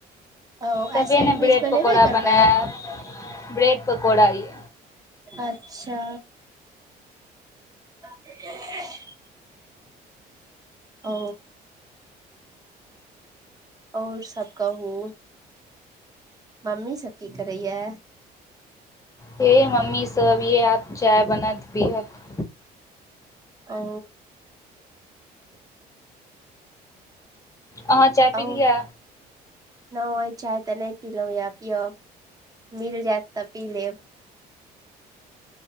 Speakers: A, on the right (about 20°); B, on the left (about 20°).
A: ओ
B: तबे
A: आइ सैंडविच
B: ने ब्रेड
A: बनेबे
B: पकौड़ा
A: करबै
B: बनायब ब्रेड पकौड़ा ये।
A: अच्छा <unintelligible> ओ। और सब कहू मम्मी सब की करैया।
B: हे मम्मी सब ये आब चाय बनात पीयत।
A: ओ।
B: अहाँ चाय पी
A: ओ
B: लिये।
A: नहि होइ चाहे त नहि पिलोहुँ यए पियब मिल जायत त पी लेब।